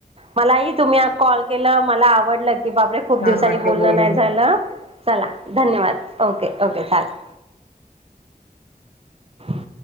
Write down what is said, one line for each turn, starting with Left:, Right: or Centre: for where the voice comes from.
Right: मलाही तुम्ही हा कॉल केल्यावर मला आवडलं. कि बापरे खूप
Left: छान
Right: दिवसानी
Left: वाटलं
Right: बोलण
Left: बोलून.
Right: नाही झालं चला धन्यवाद, ओके, ओके चालेल. <inaudible>